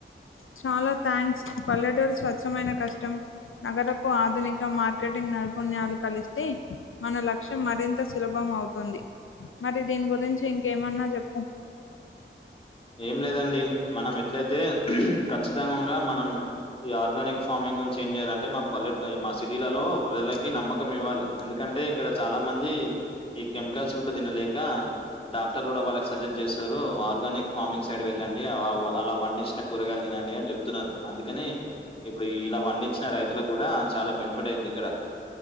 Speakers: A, on the left; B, on the left.
A: చాలా థ్యాంక్స్ పల్లెటూరి స్వచ్ఛమైన కష్టం నగరపు ఆధునిక మార్కెటింగ్ నైపుణ్యాలు కలిస్తే మన లక్ష్యం మరింత సులభం అవుతుంది మరి దీని గురించి ఇంకేమన్నా చెప్పు
B: <unintelligible> ఏం లేదండి మనం ఎట్లయితే ఖచ్చితంగా మనం ఈ ఆర్గానిక్ ఫార్మింగ్ ఏం చేయాలంటే మా పల్లె మా సిటీలలో ప్రజలకి నమ్మకం ఇవ్వాలి ఎందుకంటే ఇక్కడ చాలా మంది ఈ కెమికల్స్ ఫుడ్ తినలేక డాక్టర్ కూడా వాళ్ళకి సజెస్ట్ చేశారు ఆర్గానిక్ ఫార్మింగ్ సైడ్ వెళ్ళండి అలా పండించిన కూరగాలు తినండి అని చెప్తున్నారు అందుకని ఇప్పుడు ఇడ పండించిన రైతులకు కూడా చాలా బెనిఫిట్ అయితది ఇక్కడ